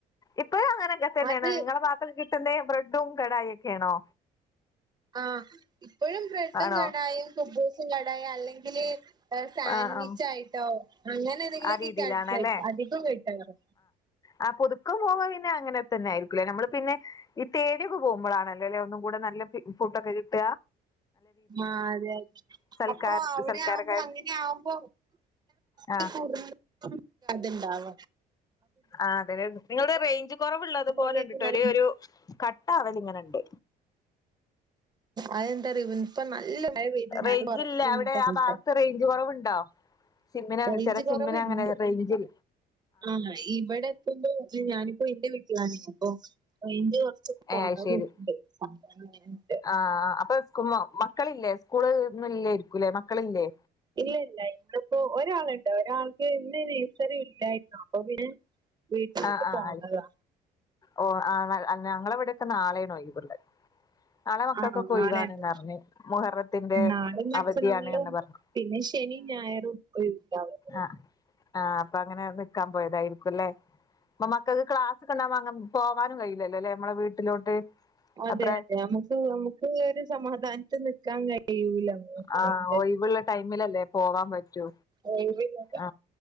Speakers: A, on the left; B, on the right.
A: ഇപ്പഴു അങ്ങനൊക്കെ തന്നെണ്
B: അത്
A: നിങ്ങളെ ബാത്തൊക്കെ കി ട്ടുന്നെ ബ്രെഡും കടായി ഒക്കെണോ?
B: ആഹ് ഇപ്പഴും ബ്രെഡും
A: ആണോ
B: കടായിയും
A: ആണോ?
B: കുബ്ബൂസും കടായിയും അല്ലെങ്കില്. സാൻവിച്ചായിട്ടോ
A: ആ ആ
B: അങ്ങനെ എന്തെങ്കിലൊക്കെയ്ക്ക
A: ആ രീതിയിലാണല്ലേ
B: <unintelligible> അധികു കിട്ടറ്.
A: ആഹ് പുതുക്കം പോക്മ്പ പിന്നെ അങ്ങനെ തന്നെ ആയിരിക്കൂലേ നമ്മള് പിന്നെ. ഈ തേട്യൊക്കെ പോകുമ്പളാണല്ലോ ലെ ഒന്നും കൂടെ നല്ല ഫി ഫുഡൊക്കെ കിട്ട.
B: മാ അതെ അ
A: സൽക്കാ
B: അപ്പൊ അവരാവുമ്പ
A: സൽക്കാരൊക്കെ
B: അങ്ങന്യാവുമ്പ
A: ആ
B: <unintelligible> അത്ണ്ടാവ.
A: ആഹ് അതെ <unintelligible> നിങ്ങൾടെ റെയ്ഞ്ച് കൊറവ്ള്ളത്പോലെണ്ട്
B: കറിയൊക്കെ
A: ട്ടൊരു
B: നല്ല
A: ഒരു കട്ടാവല് ങ്ങനെണ്ട്.
B: അതെന്താറിയോ ഇപ്പൊ നല്ല മഴ പെയ്ത്
A: റെയ്ഞ്ച്ല്ലേ
B: ഞാൻ പുറത്തിറങ്ങിയിട്ടാ
A: അവിടെ ആ
B: സംസാരി
A: ഭാഗത്ത് റെയ്ഞ്ച് കൊറവ്ണ്ടോ. സിമ്മിന
B: റേഞ്ച്
A: ചെല
B: കുറവുണ്ട്
A: സിമ്മിനങ്ങനെ റെയ്ഞ്ചിൽ
B: ആഹ് ഇവടെ പ്പ <unintelligible> ഞാനിപ്പോ എന്റെ വീ ട്ട്ലാണ് അപ്പൊ റേഞ്ച് കൊർച്ച് കൊറവ്ണ്ട്.
A: ഏ ശരി
B: <unintelligible>
A: ആ അപ്പൊ സ് മക്കളില്ലേ സ്കൂള് ഒന്നുംല്ലായിരിക്കൂല്ലേ മക്കളില്ലേ?
B: ഇല്ല ഇല്ല ഇവിടെപ്പോ ഒരാളുണ്ട് ഒരാൾക്ക് ഇന്ന് നേഴ്സറി ഇല്ലായിരുന്നു അപ്പൊ പിന്നെ. വീട്ടിലോട്ട്
A: ആഹ് ആഹ്
B: പോന്നതാ
A: ആയി ഓ ആ ഞങ്ങളവിടെക്കെ നാളെയാണ് ഒഴിവ്ള്ളത്. നാളെ മക്കൾക്കൊക്കെ
B: ആണോ നാളെയാണോ
A: ഒയിവാണ്ന്ന് പറഞ് മുഹറത്തിന്റെ
B: നാളെയും മറ്റന്നാളും
A: അവധിയാണ് എന്ന്പറഞ്ഞു.
B: പിന്നെ ശനിയും ഞായറും ഒഴിവ് ണ്ടാവും.
A: അഹ് ആഹ് അപ്പൊ അങ്ങനെ നിക്കാൻ പോയതായിരിക്കുംല്ലേ? പ്പ മക്കക്ക് ക്ലാസൊകണ്ടാവുമ്പോ അങ്ങനെ പോവാനും കയ്ലല്ലേ മ്മള വീട്ടിലോട്ട്
B: അതെ
A: അത്ര
B: അതെ ഞമക്ക് ഞമക്ക് ഒരു സമാധാനത്തി നിക്കാൻ കഴിയൂല ഒന്നാമതെ
A: ആ ഒഴിവുള്ള ടൈമിലല്ലേ പോവാൻ പറ്റൂ
B: ഒയ് വില്ലല്ല
A: ആ